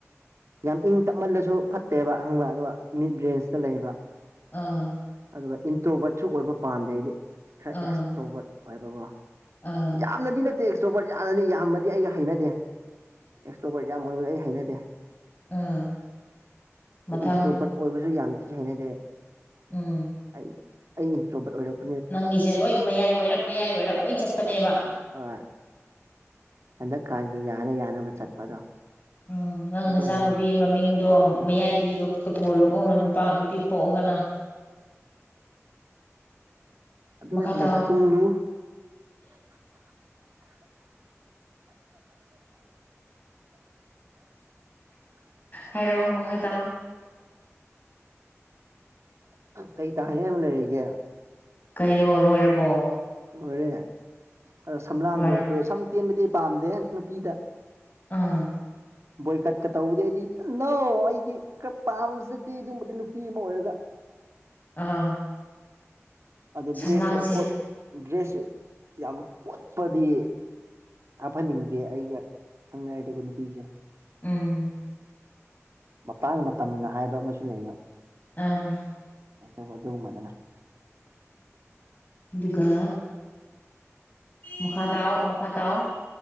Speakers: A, on the right; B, on the left.
A: ꯌꯥꯝ ꯏꯪ ꯇꯞꯃꯜꯂꯁꯨ ꯐꯠꯇꯦꯕ ꯍꯪꯕ ꯑꯣ ꯃꯤꯠ ꯔꯦꯟꯖꯇ ꯂꯩꯕ
B: ꯑꯥ
A: ꯑꯗꯨꯒ ꯏꯟꯇ꯭ꯔꯣꯕꯣꯠꯁꯨ ꯑꯣꯏꯕ ꯄꯥꯝꯗꯦꯗꯤ ꯈꯔ
B: ꯑꯥ
A: ꯑꯦꯛꯁꯇ꯭ꯔꯣꯕꯣꯠ ꯑꯣꯏꯕꯀꯣ
B: ꯑꯥ
A: ꯌꯥꯝꯅꯗꯤ ꯅꯠꯇꯦꯁꯇꯣꯄꯠ ꯌꯥꯝꯅꯗꯤ ꯌꯥꯝꯃꯗꯤ ꯑꯩꯒ ꯍꯩꯅꯗꯦ ꯑꯦꯛꯁꯇ꯭ꯔꯣꯕꯔꯠ ꯌꯥꯝ ꯑꯣꯏꯕꯗ ꯑꯩ ꯍꯩꯅꯗꯦ
B: ꯑꯥ
A: ꯑꯗꯣ
B: ꯃꯊꯪ
A: ꯏꯟꯇ꯭ꯔꯣꯕꯔꯠ ꯑꯣꯏꯕꯁꯨ ꯌꯥꯝ ꯊꯤ ꯍꯩꯅꯗꯦ
B: ꯎꯝ
A: ꯑꯩ ꯑꯩ ꯏꯟꯇ꯭ꯔꯣꯕꯠ ꯑꯣꯏꯔꯄ
B: ꯅꯪꯒꯤꯁꯦ ꯂꯣꯏ ꯃꯌꯥꯏ ꯋꯥꯏꯔꯞ ꯃꯌꯥꯏ ꯋꯥꯏꯔꯞ ꯂꯣꯏ ꯆꯠꯄꯅꯦꯕ
A: ꯑꯣꯏ ꯍꯟꯗꯛꯀꯥꯟꯒꯤ ꯌꯥꯅ ꯌꯥꯅꯕ ꯆꯠꯄꯗꯣ
B: ꯎꯝ ꯅꯪ
A: ꯑꯗꯨꯝꯕꯗꯣ
B: ꯅꯆꯥꯅꯨꯄꯤ ꯃꯃꯤꯡꯗꯣ ꯃꯌꯥꯏꯕꯤꯊꯣꯂꯨꯒ ꯑꯃ ꯅꯨꯄꯥ ꯅꯨꯄꯤ ꯄꯣꯛꯑꯒꯅ
A: ꯑꯗꯨ
B: ꯃꯈꯥ
A: ꯅꯠꯇꯦꯅꯦ
B: ꯇꯥꯎ
A: ꯀꯆꯨꯡꯗꯨꯨ
B: ꯍꯥꯏꯔꯣ ꯃꯈꯥ ꯇꯥ
A: ꯀꯩ ꯇꯥꯅꯤꯡ ꯍꯥꯏꯕꯛ ꯂꯩꯔꯤꯒꯦ
B: ꯀꯩꯔꯣ ꯂꯣꯏꯔꯕꯣ
A: ꯂꯣꯏꯔꯦ ꯑꯗꯣ ꯁꯝꯂꯥꯡꯗꯣ
B: ꯂꯣꯏꯔꯦ
A: ꯑꯣ ꯁꯝ ꯇꯦꯟꯕꯗꯤ ꯑꯩ ꯄꯥꯝꯗꯦ ꯅꯨꯄꯤꯗ
B: ꯑꯝ
A: ꯕꯣꯏꯀꯠꯀ ꯇꯧꯕꯗ ꯑꯩꯗꯤ ꯅꯣ ꯑꯩꯗꯤ ꯈꯔ ꯄꯥꯝꯖꯗꯤ ꯑꯗꯨꯝꯕꯗꯤ ꯅꯨꯄꯤ ꯑꯃ ꯑꯣꯏꯔꯒ
B: ꯑꯥ
A: ꯑꯗ
B: ꯁꯝꯂꯥꯡꯁꯦ
A: ꯗ꯭ꯔꯦꯁꯁꯨꯀꯣꯠ ꯗ꯭ꯔꯦꯁꯁꯨ ꯌꯥꯝ ꯀꯣꯠꯄꯗꯤ ꯍꯥꯞꯍꯟꯅꯤꯡꯗꯦ ꯑꯩꯒ ꯈꯪꯅꯔꯗꯤ ꯑꯩꯈꯣ ꯅꯨꯄꯤꯁꯦ
B: ꯎꯝ
A: ꯃꯇꯥꯡ ꯃꯇꯝꯅ ꯍꯥꯏꯕ ꯑꯃꯁꯨ ꯂꯩꯕ
B: ꯑꯥ
A: ꯑꯗꯨꯒ ꯑꯗꯨꯒꯨꯝꯕꯗꯅ
B: ꯑꯗꯨꯒ ꯃꯈꯥ ꯇꯥꯎ ꯃꯈꯥ ꯇꯥꯎ